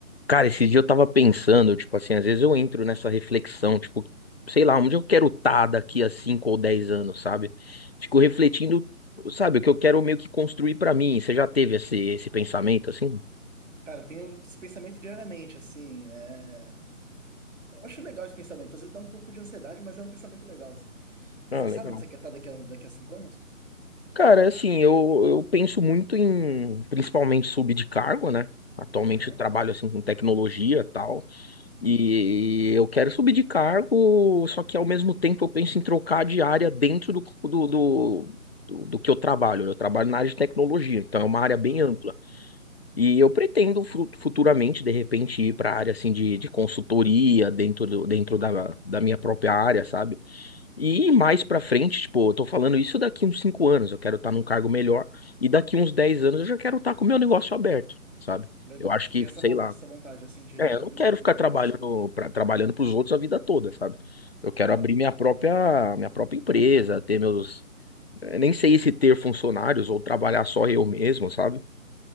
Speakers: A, on the left; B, on the right.
A: Cara, esses dias eu tava pensando, tipo assim, às vezes eu entro nessa reflexão, tipo, sei lá, onde eu quero estar daqui a 5 ou 10 anos, sabe? Fico refletindo, sabe, o que eu quero meio que construir pra mim. Você já teve esse, esse pensamento, assim?
B: Cara, eu tenho esse pensamento diariamente, assim. é- Eu acho legal esse pensamento. Às vezes dá um pouco de ansiedade, mas é um pensamento legal. Você
A: Ah,
B: você
A: legal.
B: sabe onde você quer estar daqui a, daqui a cinco anos?
A: Cara, assim, eu, eu penso muito em, principalmente, subir de cargo, né? Atualmente
B: Aham,
A: eu trabalho, assim, com tecnologia e tal.
B: legal.
A: E eu quero subir de cargo, só que ao mesmo tempo eu penso em trocar de área dentro do, do, do, do- do que eu trabalho. Eu trabalho na área de tecnologia, então é uma área bem
B: Aham,
A: ampla. E eu pretendo fu- futuramente, de repente, ir para a área assim, de, de consultoria dentro, do- dentro da, da minha própria área, sabe? E mais para frente, tipo, eu tô falando isso daqui uns cinco anos, eu quero estar num cargo melhor, e daqui uns 10 anos eu já quero estar com o meu negócio aberto, sabe?
B: legal.
A: Eu acho
B: Você
A: que,
B: tem essa,
A: sei
B: von-
A: lá.
B: essa vontade, assim, de,
A: É,
B: de
A: eu
B: abrir
A: não quero
B: o próprio
A: ficar
B: negócio.
A: trabalhando para trabalhando para os outros a vida toda, sabe? Eu quero
B: Aham,
A: abrir minha própria minha própria empresa, ter meus eh, nem sei se ter funcionários ou trabalhar só eu mesmo, sabe?